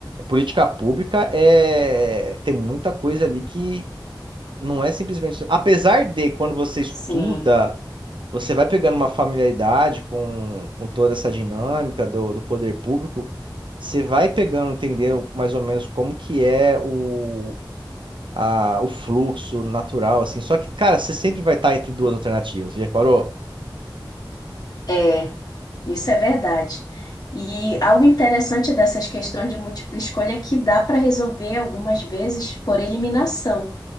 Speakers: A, on the right; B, on the left.
A: política pública é, tem muita coisa ali que Não é simplesmente. Apesar de, quando você estuda,
B: Sim.
A: você vai pegando uma familiaridade com, com toda essa dinâmica do, do poder público, você vai pegando, entendendo mais ou menos como que é o, a, o fluxo natural, assim. Só que, cara, você sempre vai estar entre duas alternativas. Você já reparou?
B: É, isso é verdade. E algo interessante dessas questões de múltipla escolha é que dá para resolver algumas vezes por eliminação.